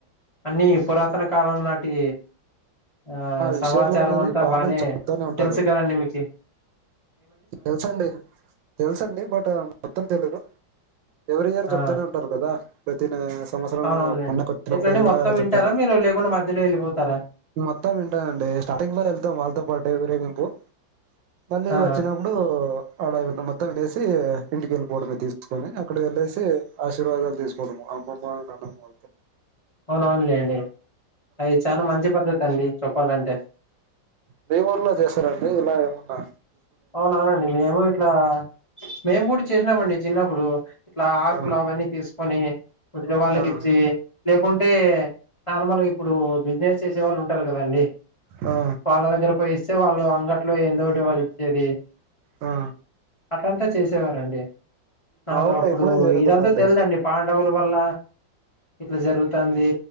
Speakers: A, on the left; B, on the right.
A: అన్నిీ పురాతన కాలం నాటి ఆ సమాచారం
B: విషయాలు అనేది
A: అంతా
B: బాగానే
A: బానే
B: చెప్తానే ఉంటారు
A: తెల్సు కారండి నిమికి
B: తెలుసండి తెలుసండి బట్ మొత్తం తెలిదు ఎవ్రీ ఇయర్ చెప్తూనే
A: ఆ
B: ఉంటారు కదా ప్రతి సంవత్సరం
A: అవునవునులేండి
B: పండగ వచ్చినప్పుడు
A: ఎట్లండి
B: ఎల్లా
A: మొత్తం వింటారా
B: చెప్ండి
A: మీరు లేకుండా మధ్యలో వెళ్ళిపోతారా
B: మొత్తం వింటాండి స్టార్టింగ్ లో వెళ్తాం వాళ్ళతో పాటు విరేగింపు మళ్ళీ
A: ఆ
B: వచ్చినప్పుడు అదా ఇధ మొత్తం వినేసి ఇంటికి వెళిపోవడమే తీసుకొని అక్కడ వెళ్ళసి ఆశీర్వాదాలు తీసుకోవడం అమ్మమ్మ నాన్నమ్మ
A: అవునవునులేండి అది చాలా మంచి పద్ధతి అండి చెప్పాలంటే
B: దే ఊర్లో చేస్తారంటడి ఇలా ఏమున్నా
A: అవునవునండి మేము ఇట్లా మేము కూడా చేసినామండి చిన్నప్పుడు ఇట్లా ఆకులుకు
B: ఆ
A: ఇవన్నీ తీసుకొని వదినా వాళ్ళకి
B: ఆ
A: ఇచ్చి లేకుంటే నాన్నమ్మల్ ఇప్పుడు బిజినెస్ చేసే వాళ్ళు ఉంటారు కదండి
B: ఆ
A: వాళ్ళ దగ్గర పో ఇస్తే వాళ్ళు అంగ ఇట్ ఎందోటి వాళ్ళు ఇచ్చేది
B: ఆ
A: అట్లాతా చేసేవారంండి నాకు
B: మా ఊర్లో
A: అప్పుడు
B: ఎప్పుడూ జరుగుతుందండి
A: ఇదంతా తెలిదండి పాండవులు వళ్ళ ఇట్లా జరుగుతుంది